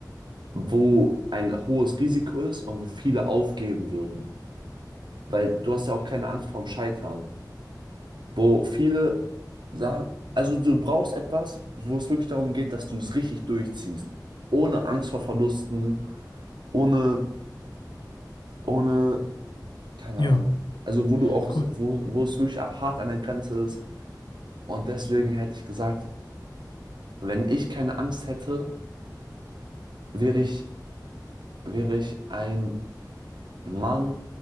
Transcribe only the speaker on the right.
wo ein hohes Risiko ist und wo viele aufgeben würden. Weil du hast ja auch keine Angst vorm Scheitern. Wo viele sagen, also du brauchst etwas, wo es wirklich darum geht, dass du es richtig durchziehst. Ohne Angst vor Verlusten, ohne, ohne, keine
Ahnung. Also wo du auch,
wo, wo es wirklich hart an der Grenze ist. Und deswegen hätte ich gesagt, wenn ich keine Angst hätte, wäre ich, wäre ich ein Mann,